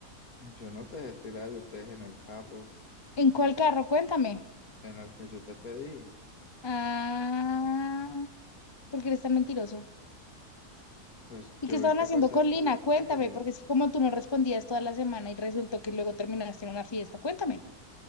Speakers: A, on the left (about 65°); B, on the left (about 25°).
A: Yo no te dejé tirar, yo te dejé en el carro
B: ¿En cuál carro? Cuéntame.
A: en el que yo te pedí.
B: Ah, porque eres tan mentiroso.
A: Pues
B: ¿Y
A: yo
B: qué estaban
A: vi que
B: haciendo
A: pasaste
B: con Lina?
A: la
B: Cuéntame,
A: calle.
B: porque es que como tú no respondías toda la semana y resultó que luego terminaste en una fiesta. Cuéntame,